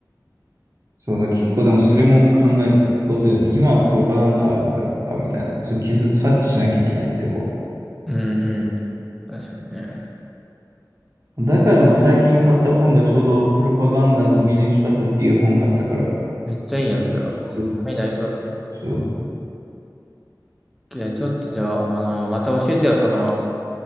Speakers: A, on the right; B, in the centre.
A: そうだ、結構でもそれも考え事だよね。今はプロパガンダあるんだろうかみたいな、そう気づ、察知しなきゃいけないとこ。
B: うんうん。確かにね。
A: 中でも最近買った本がちょうどプロパガンダの見抜き方っていう本買ったから、ち
B: めっちゃいいやん、それは。
A: ょうど
B: ためになりそうだね。
A: そう、
B: いやちょっとじゃあ、あの、また教えてよ、その、